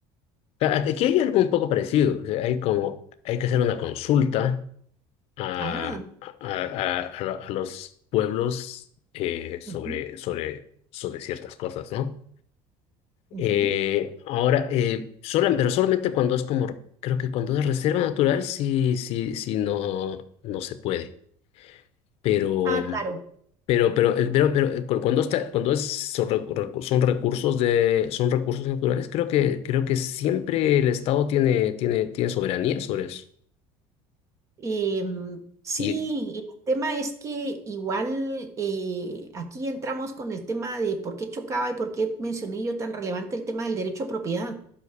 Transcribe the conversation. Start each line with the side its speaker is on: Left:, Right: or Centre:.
Left: A- Aquí hay algo un poco parecido, o sea, hay como, hay que hacer una consulta a,
Right: Ah,
Left: a- a- a lo- a los pueblos eh, sobre,
Right: ujú,
Left: sobre, sobre ciertas cosas, ¿no?
Right: ujú.
Left: Eh, ahora, eh, sola- pero solamente cuando es como, creo que cuando es reserva natural, sí, sí, sí, no, no se puede. Pero,
Right: Ah, claro.
Left: pero, pero, eh, pero, pero eh, cu- cuando está, cuando es, son, recu- recu- son recursos de, son recursos naturales, creo que, creo que siempre el Estado tiene, tiene, tiene soberanía sobre eso.
Right: Em, sí,
Left: Y,
Right: el tema es que igual eh, aquí entramos con el tema de por qué chocaba y por qué mencioné yo tan relevante el tema del derecho a propiedad.